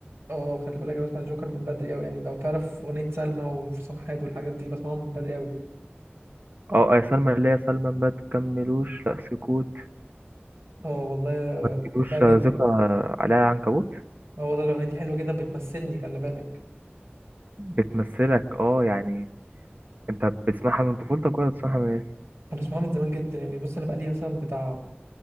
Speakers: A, on the right (about 85°); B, on the right (about 50°).
A: اه خلي بالك انا بسمع جوكر من بدري قوي يعني لو تعرف اغنيه سلمى وانفصام حاد والحاجات دي بسمعهم من بدري قوي
B: اه آه، يا سلمى اللي هي سلمى ما تكملوش لا سكوت
A: اه والله
B: ما تجيبوش
A: بقى جدا
B: آه، ذكرى
A: يعني
B: عليها عنكبوت
A: اه والله الاغنيه دي حلوه جدا بتمثلني خلي بالك
B: بتمثلك اه يعني انت بتسمعها من طفولتك ولا بتسمعها من ايه
A: انا بسمعها من زمان جدا يعني بص انا بقالي مثلا بتاع